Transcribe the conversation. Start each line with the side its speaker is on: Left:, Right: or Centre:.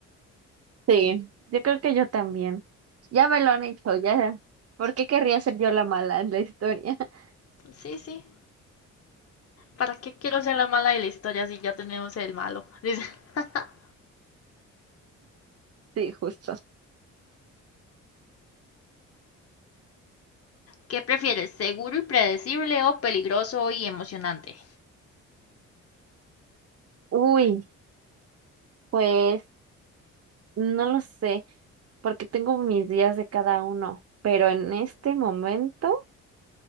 Right: Sí, yo creo que yo también. Ya me lo han hecho, ya. ¿Por qué querría ser yo la mala en la historia? <laughs>
Left: Sí, sí. ¿Para qué quiero ser la mala de la historia si ya tenemos el malo? Dice. <laughs>
Right: Sí, justo.
Left: ¿Qué prefieres, seguro y predecible o peligroso y emocionante?
Right: Uy, pues no lo sé, porque tengo mis días de cada uno, pero en este momento